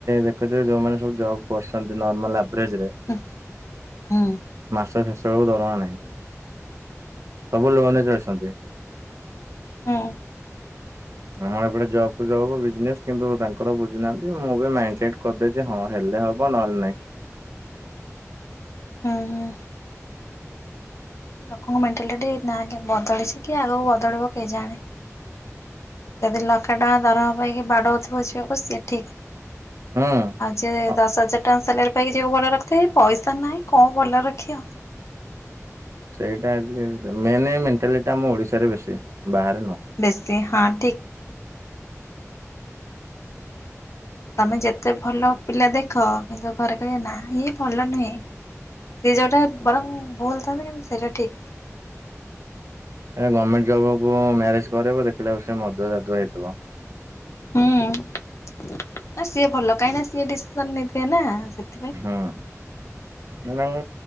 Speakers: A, on the right; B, on the left.
A: ଦେଖୁଥିବେ ଯୋଉମାନେ ସବୁ ଜବ୍ କରୁଚନ୍ତି ନର୍ମାଲ ଆଭରେଜ ରେ
B: ଉଁ ହୁଁ।
A: ମାସ ଶେଷ ବେଳକୁ ଦରମା ନାହିଁ। ସବୁ ଲୋନ୍ ରେ ଚଳୁଚନ୍ତି।
B: ହଁ।
A: ଆମର ଏପଟେ ଜବ୍ କୁ ଜବ୍ ବିଜନେସ୍ କିନ୍ତୁ ତାଙ୍କର ବୁଝୁନାହାଁନ୍ତି ମୁଁ ବି ମାଇଣ୍ଡ ସେଟ୍ କରିଦେଇ ଯେ ହଁ ହେଲେ ହବ ନହେଲେ ନାଇଁ।
B: ହୁଁ ହୁଁ। ଲୋକଙ୍କ ମେଣ୍ଟାଲିଟି ନା ଆକେ ବଦଳିଚି କି ଆଗକୁ ବଦଳିବ କେ ଜାଣେ? ଯଦି ଲଖେ ଟଙ୍କା ଦରମା ପାଇକି ବାଡଉଥିବ ଝିଅକୁ ସିଏ ଠିକ।
A: ହୁଁ
B: ଆଜି ଯିଏ
A: ହଁ
B: ଦଶ ହଜାର ଟଙ୍କା ସାଲେରି ପାଇକି ଝିଅକୁ ଭଲ ରେ ରଖିଥାଏ। ପଇସା ନାହିଁ କଣ ଭଲ ରେ ରଖିବ?
A: ସେଇଟା ଆଜି <unintelligible> ମେନ ଏ ମେଣ୍ଟାଲିଟା ଆମ ଓଡିଶାରେ ବେଶୀ ବାହାରେ ନୁହଁ?
B: ବେଶି ହଁ ଠିକ। ତମେ ଯେତେ ଭଲ ପିଲା ଦେଖ କିନ୍ତୁ ଘରେ କହେ ନା ଇଏ ଭଲ ନୁହେଁ। ସିଏ ଯୋଉଟା ବରଂ ଭୁଲଥାନ୍ତୁ କିନ୍ତୁ ସେଇଟା ଠିକ।
A: ଏଆ ଗମେଣ୍ଟ ଜବକୁୁ ମ୍ୟାରେଜ କରେଇବ ଦେଖିଲା କୁ ସେ ମଦୁଆ ରାଦୁଆ ହେଇଥିବ।
B: ହୁଁ ନା ସିଏ ଭଲ କାହିଁ ନା ସିଏ ଡିସିସନ ନେଇଥିବେ ନା ସେତ୍
A: ହୁଁ ମୁଁ ତାଙ୍କ